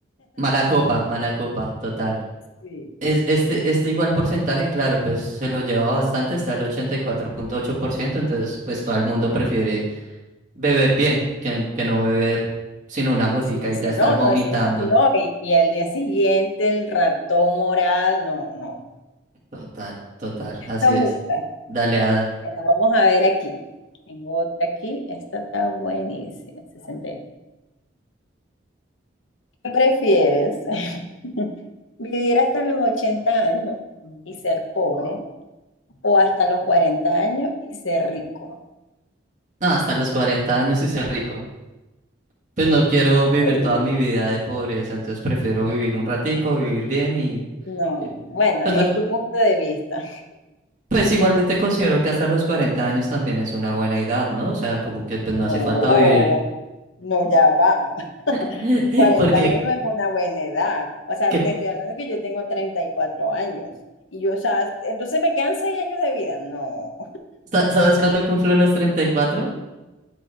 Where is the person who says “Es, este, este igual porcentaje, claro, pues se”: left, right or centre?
Right